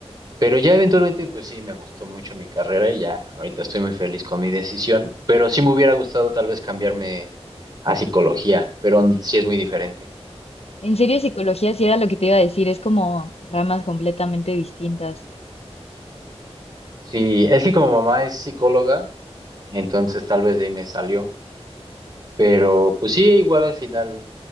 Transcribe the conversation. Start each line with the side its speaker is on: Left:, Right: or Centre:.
Right: Pero ya eventualmente, pues sí, me gustó mucho mi carrera y ya, ahorita estoy muy feliz con mi decisión. Pero sí me hubiera gustado tal vez cambiarme a psicología, pero n- sí es muy diferente.
Left: En serio, psicología sí era lo que te iba a decir, es como ramas completamente distintas.
Right: Sí, es que como mamá es psicóloga, entonces tal vez de ahí me salió. Pero pues sí, igual al final